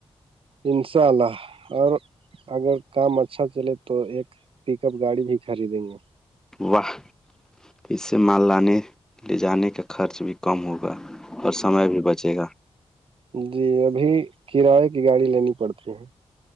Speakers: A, on the right (about 55°); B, in the centre.
A: انشاء اللہ اور اگر کام اچھا چلے تو ایک پک اپ گاڑی بھی خریدیں گے
B: واہ پ سے ماللہ نے لے جانے کا خرچ بھی کم ہوگا اور سمے بھی بچے گا
A: جی ابھی کرائے کی گاڑی لینی پڑتی ہے